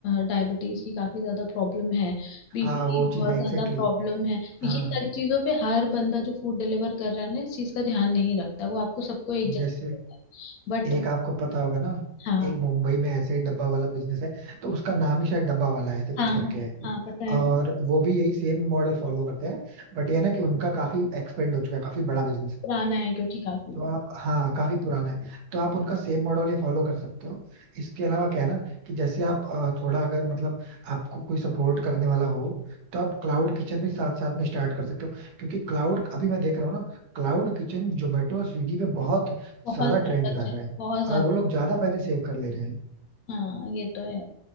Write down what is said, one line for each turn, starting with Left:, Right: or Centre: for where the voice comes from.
Left: डायबिटीज की काफी ज्यादा प्रॉब्लम है बीपी
Right: हाँ
Left: की
Right: वो चीज़
Left: बहुत
Right: है एग्जैक्टली
Left: ज्यादा प्रॉब्लम है
Right: हाँ
Left: ये सारी चीजों पे हर बंदा जो फूड डिलीवर कर रहा है ना इस चीज का ध्यान नहीं रखता वो आपको सबको एक जैसा
Right: जैसे
Left: बट
Right: एक आपको पता होगा ना
Left: हाँ
Right: एक मुंबई में ऐसे ही डब्बा वाला बिजनेस है तो उसका नाम ही शायद डब्बा वाला है ऐसे कुछ
Left: हाँ
Right: करके
Left: हाँ
Right: है
Left: हाँ पता है
Right: और वो भी यही सेम मॉडल फॉलो करते हैं बट ये है ना कि उनका काफी एक्सपेंड हो चुका है काफी बड़ा बिजनेस
Left: पुराना है क्योंकि काफी
Right: तो
Left: है
Right: आप हाँ काफी पुराना है तो आप उनका सेम मॉडल ही फॉलो कर सकते हो इसके अलावा क्या है ना कि जैसे आप अ, थोड़ा अगर मतलब आपको कोई सपोर्ट करने वाला हो तो आप क्लाउड किचन भी साथ साथ में स्टार्ट कर सकते हो क्योंकि क्लाउड अभी मैं देख रहा हूँ ना क्लाउड किचन जोमेटो और स्विगी पे बहुत
Left: बहुत
Right: ज्यादा
Left: ज्यादा
Right: ट्रेंड कर
Left: चल
Right: रहे हैं
Left: बहुत ज्यादा
Right: और वो लोग ज्यादा पैसे सेव कर ले रहे हैं
Left: हाँ ये तो है